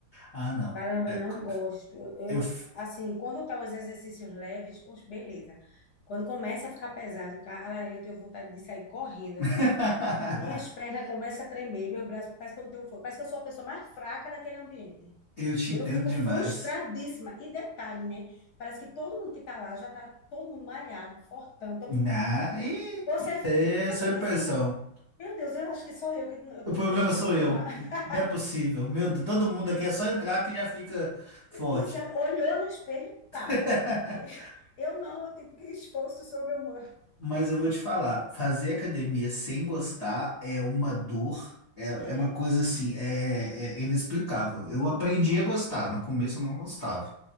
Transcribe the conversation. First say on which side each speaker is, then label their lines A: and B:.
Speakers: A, on the left; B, on the left.
A: Ah, não.
B: Caramba,
A: É,
B: não
A: c-
B: gosto. Eu,
A: eu f-
B: assim, quando tá os exercícios leves, oxe, beleza. Quando começa a ficar pesado, cara, eu tenho vontade de sair correndo,
A: <laughs>
B: assim. Minhas pernas começam a tremer, meus braços, parece que eu não tenho força, parece que eu sou a pessoa mais fraca daquele ambiente.
A: eu te entendo
B: Eu fico
A: demais.
B: frustradíssima. E detalhe, né? Parece que todo mundo que tá lá já tá todo mundo malhado, fortão, todo
A: Na
B: mundo.
A: e
B: Você,
A: isso
B: fi-
A: aí
B: você
A: é só
B: fica
A: impressão.
B: assim, meu Deus, eu acho que sou eu que não- eu
A: O
B: tô
A: problema
B: deixando
A: sou
B: de tomar.
A: eu.
B: <laughs>
A: Não é possível. Meu Deus, todo mundo aqui é só entrar que já fica forte.
B: E você olhou no espelho, tá.
A: <laughs>
B: E Eu não, eu tipo, que esforço sobre-humano.
A: Mas eu vou te falar, fazer academia sem gostar é uma dor, é, é
B: É,
A: uma coisa assim, é, é inexplicável. Eu aprendi a gostar, no começo eu não gostava.